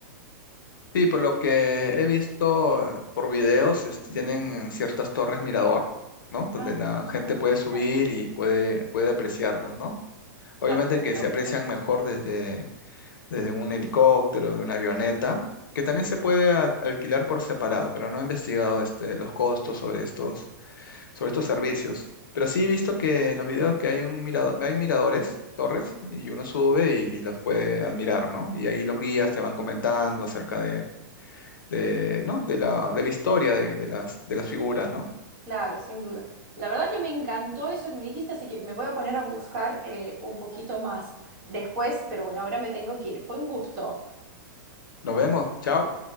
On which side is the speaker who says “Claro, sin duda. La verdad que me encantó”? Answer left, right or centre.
Right